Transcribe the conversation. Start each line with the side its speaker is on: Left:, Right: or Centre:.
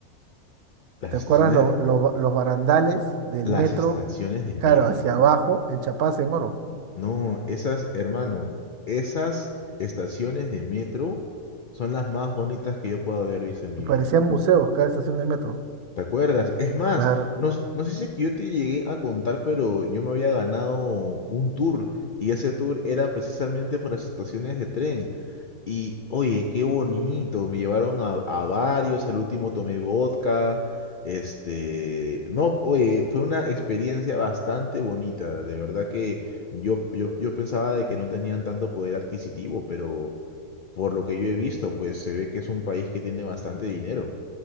Left: Las
Right: ¿te
Left: estaciones,
Right: acuerdas lo- lo- los barandales del
Left: las
Right: metro?
Left: estaciones de metro.
Right: Claro, hacia abajo, enchapados en oro.
Left: No, esas, hermano, esas estaciones de metro son las más bonitas que yo puedo haber visto en mi vida.
Right: Parecían museos cada estación de metro.
Left: ¿Te acuerdas? Es más,
Right: Claro.
Left: no, s- no sé si es que yo te llegué a contar, pero yo me había ganado un tour y ese tour era precisamente por las estaciones de tren. Y oye, qué bonito, me llevaron a, a varios, al último tomé vodka, este, no, oye, fue una experiencia bastante bonita, de verdad que yo, yo, yo pensaba de que no tenían tanto poder adquisitivo, pero por lo que yo he visto, pues se ve que es un país que tiene bastante dinero.